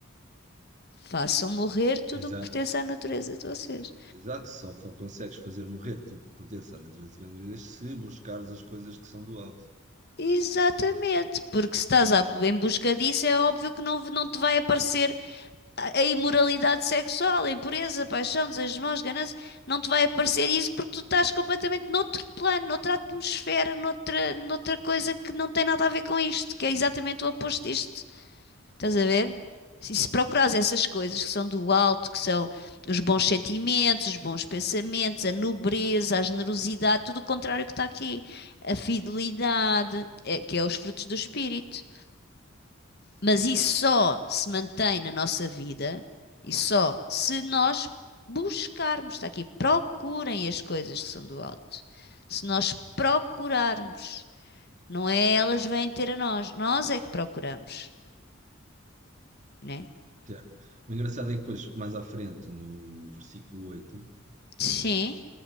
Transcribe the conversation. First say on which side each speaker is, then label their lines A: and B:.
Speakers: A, on the left; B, on the right.
A: Façam morrer tudo
B: Exato.
A: o que pertence à natureza de vocês.
B: Exato, só fa- consegues fazer morrer tudo que pertence à natureza terrena de vocês se buscares as coisas que são do alto.
A: Exatamente, porque se estás à- em busca disso, é óbvio que não, não te vai aparecer a, a imoralidade sexual, a impureza, a paixão, desejos maus, ganância, não te vai aparecer isso porque tu estás completamente noutro plano, noutra atmosfera, noutra, noutra coisa que não tem nada a ver com isto, que é exatamente o oposto disto. Estás a ver? Se se procurares essas coisas que são do alto, que são os bons sentimentos, os bons pensamentos, a nobreza, a generosidade, tudo o contrário que está aqui. A fidelidade, é- que é os frutos do espírito. Mas isso só se mantém na nossa vida e só se nós buscarmos. Está aqui, procurem as coisas que são do alto. Se nós procurarmos, não é elas vêm ter a nós, nós é que procuramos, né?
B: Certo. O engraçado é que depois, mais à frente, no versículo 8
A: Sim.